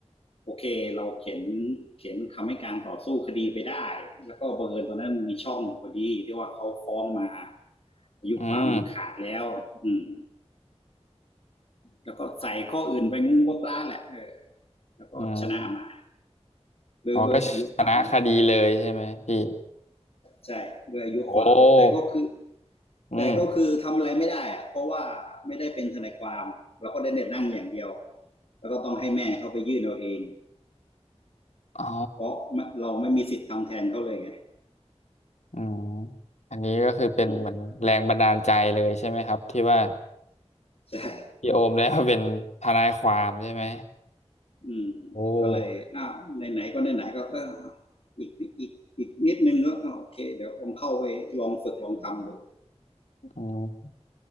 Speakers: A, on the left; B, on the left.
A: โอเคเราเขียนเขียนคำให้การต่อสู้คดีไปได้แล้วก็บังเอิญตอนนั้นมีช่องอยู่พอดีที่ว่าเขาฟ้องมาอายุความมันขาดแล้วอืม
B: อืม
A: แล้วก็ใส่ข้ออื่นไปงุ้งบกล้าแหละเออแล้วก็ชนะมา
B: อืม
A: โด้วยโด้วยอายุความนั่นแหละ
B: อ๋อก็ชนะคดีเลยใช่ไหมพี่
A: ใช่โด้วยอายุความแต่ก็คือ
B: โอ้อืม
A: แต่ก็คือทำอะไรไม่ได้อะเพราะว่าไม่ได้เป็นทนายความเราก็ได้เน็ตนั่งอย่างเดียวแล้วก็ต้องให้แม่เขาไปยื่นเอาเอง
B: อ๋อ
A: เพราะเราไม่มีสิทธิ์ทำแทนเขาเลยไง
B: อืมอันนี้ก็คือเป็นเหมือนแรงบันดาลใจเลยใช่ไหมครับที่ว่า
A: อืมใช่
B: พี่โอมได้มาเป็นทนายความใช่ไหม
A: อืม
B: โอ้
A: ก็เลยอ้าวไหนๆก็ไหนๆก็เอออีกอีกอีกนิดนึงก็่โอเคเดี๋ยวลองเข้าไปลองฝึกลองทำดู
B: อืม